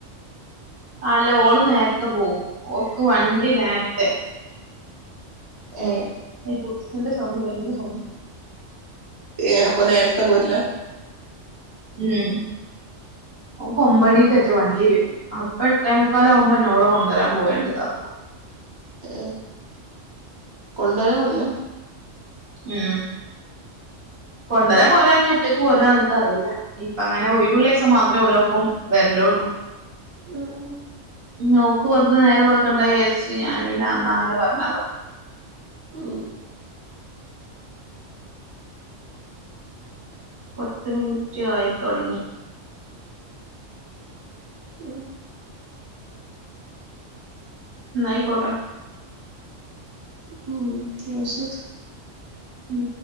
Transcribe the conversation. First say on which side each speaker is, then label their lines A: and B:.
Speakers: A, on the right; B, on the right.
A: ആല്ലഓള്നേര്ത്തെ പോവുംഓക്ക് വണ്ടിനേർത്തെ
B: ഏ
A: അഹ് ഗുഡ്സിന്റെ സൗണ്ട് ഭയങ്കരസൗണ്ട്
B: ഏ അപ്പനേര്ത്തെപോര്ല്ല
A: മം ഓക്കൊമ്പണിക്കേറ്റേവണ്ടിവെരും
B: ഉം
A: അപ്പ എട്ടേ മുക്കാലാവുമ്പന്നെ ഓളെ കൊണ്ടരാൻ പോഅല്ണ്ട് താത്ത
B: ഏ കൊണ്ടരാവല്ലേ
A: ഉം കൊണ്ടരാപോലാഞ്ഞ
B: ഉം
A: ഒറ്റക്ക് പോര്ല്ലാനിക്ക് അറീല്ല ഇപ്പ അങ്ങനെ ഒയ്‌വ്ള്ളഈസം മാത്രേ ഓലപ്പം വെര്ലൊള്ളൂ
B: ഉം
A: ഞ്ഞോക്ക് വെറുതെ നേരം വെകണ്ടാ യിയാര്ച് ഞാൻപിന്നെ അങ്ങനെ പറഞ്ഞതാ
B: ഉം
A: പത്ത്മിൻറ്റ് ആയിത്തൊടങ്ങി
B: ഉം
A: ന്നാ അയ്കോട്ടെ
B: ഉം ന്നാ ശെരി
A: ഉം